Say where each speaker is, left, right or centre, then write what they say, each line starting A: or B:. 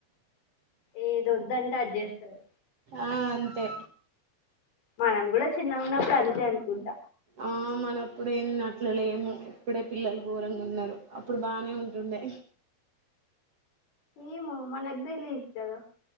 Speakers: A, on the left; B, on the right.
A: ఏది వద్దంటే అది చేస్తదీ
B: ఆ అంతే
A: మనం గూడా చిన్నగున్నపుడు అంతే అనుకుంట
B: ఆ మనప్పుడు ఏన్న అట్లలేము ఇప్పుడే పిల్లలు ఘోరంగా ఉన్నారు అప్పుడు బానే ఉంటుండే
A: ఏమో మనగ్దలిద్ కదా